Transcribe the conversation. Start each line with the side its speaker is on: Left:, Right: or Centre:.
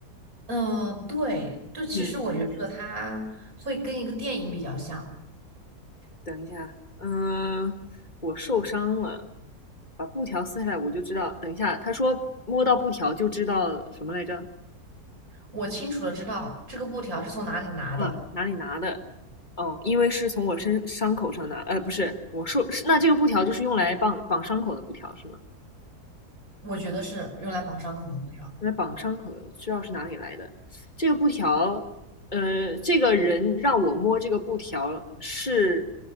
Right: 呃，对，就其实我觉得这个它会跟一个电影比较像。
Left: 嗯，等一下，嗯、呃我受伤了，把布条撕下来我就知道。等一下，他说摸到布条就知道什么来着？
Right: 我清楚的知道这个布条是从哪里拿的，
Left: 啊，哪里拿的？哦，因为是从我身伤口上拿，呃，不是，我说是那这个布条就是用来绑绑伤口的布条是吗？
Right: 我觉得是用来绑伤口的布条。
Left: 用来绑伤口的，知道是哪里来的。这个布条，呃，这个人让我摸这个布条是，